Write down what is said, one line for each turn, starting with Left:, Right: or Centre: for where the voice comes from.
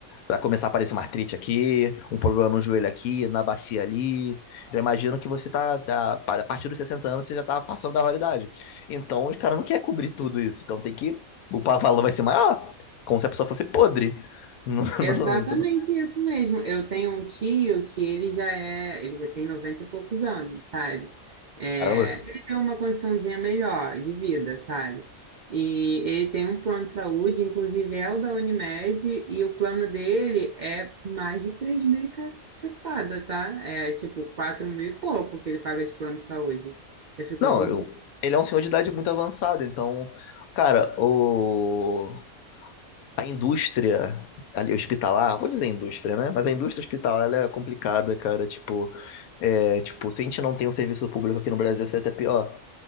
Left: Vai começar a aparecer uma artrite aqui, um problema no joelho aqui, na bacia ali. Já imagino que você tá, tá- a partir dos 60 anos, você já tá passando da validade. Então, os caras não querem cobrir tudo isso. Então, tem que. O pa- valor vai ser maior. Como se a pessoa fosse podre. <laughs> Não,
Right: Exatamente
Left: não, isso não-
Right: isso mesmo. Eu tenho um tio que ele já é, ele já tem 90 e poucos anos, sabe? É,
Left: Caramba.
Right: ele tem uma condiçãozinha melhor de vida, sabe? E ele tem um plano de saúde, inclusive é o da Unimed, e o plano dele é mais de 3 mil e cacetada, tá? É tipo 4 mil e pouco que ele paga de plano de saúde. Eu fico,
Left: Não,
Right: gente,
Left: eu- ele é um senhor de idade muito avançada. Então, cara, o. a indústria ali hospitalar, vou dizer indústria, né? Mas a indústria hospitalar ela é complicada, cara. Tipo, é, tipo, se a gente não tem um serviço público aqui no Brasil, isso é até pior.